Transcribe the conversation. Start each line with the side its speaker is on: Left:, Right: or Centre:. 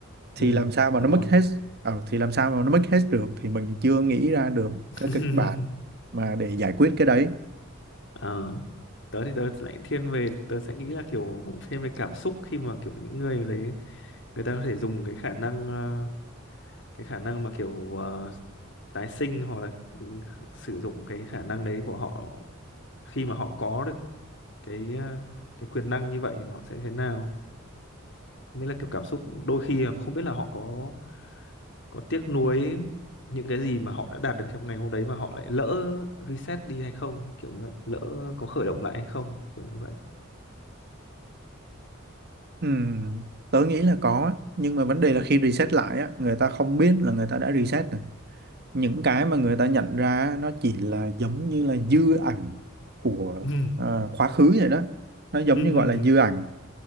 Right: thì
Left: ừ
Right: làm sao mà
Left: đúng
Right: nó mất
Left: rồi
Right: hết ờ, thì làm sao mà nó mất hết được thì mình chưa nghĩ ra được
Left: <laughs>
Right: cái kịch bản mà để giải quyết cái đấy
Left: Ờ, tớ thì tớ lại thiên về tớ sẽ nghĩ là kiểu thêm về cảm xúc khi mà kiểu những người đấy người ta có thể dùng cái khả năng ờ, cái khả năng mà kiểu ờ, tái sinh hoặc là ừ, sử dụng cái khả năng đấy của họ khi mà họ có được cái ờ, cái quyền năng như vậy thì họ sẽ thế nào mới là kiểu cảm xúc đôi khi là không biết là họ có có tiếc nuối những cái gì mà họ đã đạt được trong ngày hôm đấy mà họ lại lỡ reset đi hay không kiểu như vậy lỡ có khởi động lại hay không kiểu như vậy
Right: Ừm, tớ nghĩ là có á. nhưng mà vấn đề là khi reset lại á người ta không biết là người ta đã reset rồi những cái mà người ta nhận ra á, nó chỉ là giống như là dư ảnh của
Left: ừ
Right: ờ, quá khứ vậy đó nó giống
Left: ừ
Right: như gọi
Left: ừ
Right: là dư ảnh